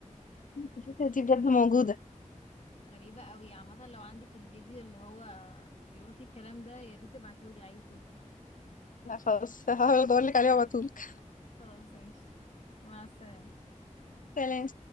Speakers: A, on the left; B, on the left.
A: الفكرة دي بجد موجودة
B: غريبة قوي عامة لو عندك الفيديو اللي هو بيقول فيه الكلام ده يا ريت تبعتيهولي عايز اشوفه
A: لا خلاص <laughs> هحاول أدورلك عليها وأبعتهولك
B: خلاص ماشي مع السلامة
A: سلام